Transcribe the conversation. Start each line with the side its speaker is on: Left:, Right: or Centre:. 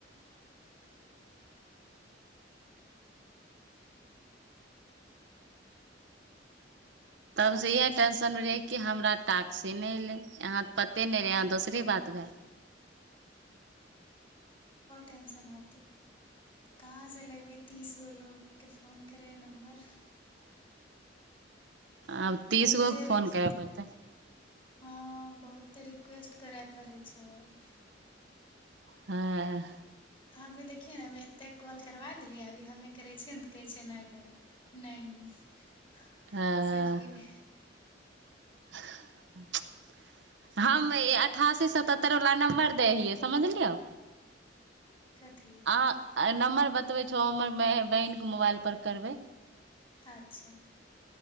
Right: तब
Left: आब
Right: से
Left: सबसँ
Right: इहे टेंशन रहि कि हमरा टाक्स नहि एले यहाँ पते
Left: हँ
Right: ने रय दोसरी
Left: हँ
Right: बात भ
Left: टेन्शन होतऽ कहा स लबै तीस गो लोग के फोन करय नम्बर
Right: आब तीसगोके
Left: बहुते रि
Right: फोन करय पड़तै
Left: हँ बहुत ते रिक्वेस्ट करय पड़ै छै
Right: हँ
Left: हमे देखियै ने हमे एतेक कॉल करबा देलियै अभी हमे करै छियै ने तऽ कहै छिय नहि करै नहि
Right: हँ
Left: सच गेल
Right: <unintelligible> हम अठासी सतहतर ला नम्बर दै हियै समझलियौ
Left: कथी
Right: अहाँ नम्बर बतबै छौ हमर बहिनके मोबाइल पर करबै
Left: अच्छा